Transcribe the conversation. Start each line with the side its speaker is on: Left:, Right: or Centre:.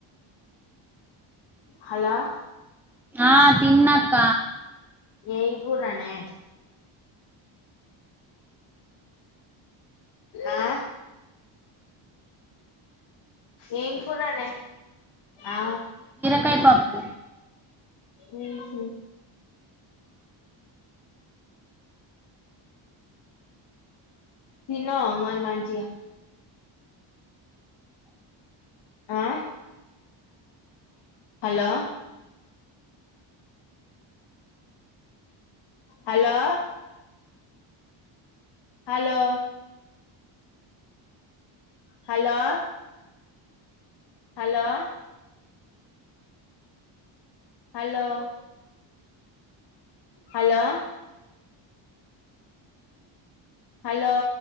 Left: హలో
Centre: ఆ తిన్నాక్క
Left: ఎం కూరనే ఆ ఏం కూరనే ఆ
Centre: కాయ్ పప్పు
Left: మ్ హు తిన్నావా మరి మంచిగా ఆ hello hello hello hello hello hello hello hello